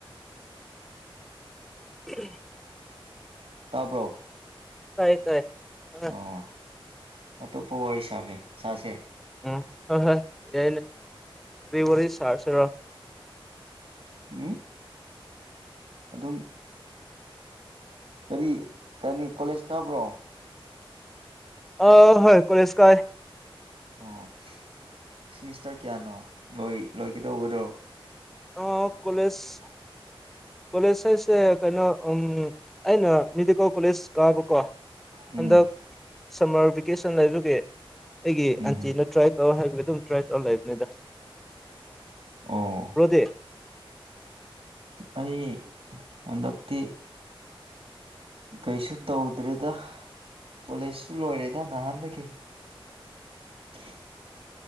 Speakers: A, in the centre; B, on the right.
A: ꯎꯝ
B: ꯇꯥꯕ꯭ꯔꯣ
A: ꯇꯥꯏ ꯇꯥꯏ ꯍꯣꯏ
B: ꯑꯣ ꯑꯇꯣꯞꯄ ꯋꯥꯔꯤ ꯁꯥꯒꯦ ꯁꯥꯁꯦ
A: ꯎꯝ ꯍꯣꯏ ꯍꯣꯏ ꯌꯥꯏꯅꯦ ꯇ ꯋꯥꯔꯤ ꯆꯔꯁꯔꯣ
B: ꯎꯝ ꯑꯗꯨꯝ ꯀꯔꯤ ꯀꯅꯤ ꯀꯣꯂꯦꯖ ꯀꯥꯕ꯭ꯔꯣ
A: ꯑ ꯍꯣꯏ ꯀꯔꯦꯁ ꯀꯥꯏ
B: ꯑꯣ ꯁꯤꯃꯤꯁꯇꯔ ꯀꯌꯥꯅꯣꯣꯏ ꯂꯣꯏꯒꯗꯧꯕꯗ꯭ꯔꯣ
A: ꯑ ꯀꯣꯂꯦꯖ ꯀꯣꯂꯦꯖ ꯍꯥꯏꯁꯦ ꯀꯩꯅꯣ ꯑꯩꯅ ꯃꯦꯗꯤꯀꯦꯜ ꯀꯣꯂꯦꯖ ꯀꯥꯕꯀꯣ
B: ꯎꯝ
A: ꯍꯟꯗꯛ ꯁꯝꯃꯔ ꯚꯦꯀꯦꯁꯟ ꯂꯩꯖꯒꯦ ꯑꯩꯒꯤ
B: ꯎꯝ
A: ꯑꯟꯇꯤꯅ ꯇ꯭ꯔꯥꯏ ꯇꯧ ꯍꯥꯏꯒꯗꯤ ꯑꯗꯨꯝ ꯇ꯭ꯔꯥꯏ ꯇꯧꯔ ꯂꯩꯕꯅꯤꯗ
B: ꯑꯣ
A: ꯕ꯭ꯔꯣꯗꯤ
B: ꯑꯩ ꯍꯟꯗꯛꯇ ꯀꯩꯁꯨ ꯇꯧꯗ꯭ꯔꯦꯗ ꯀꯣꯂꯦꯖꯁꯨ ꯂꯣꯏꯔꯦꯗ ꯅꯍꯥꯟꯗꯒꯤ <unintelligible>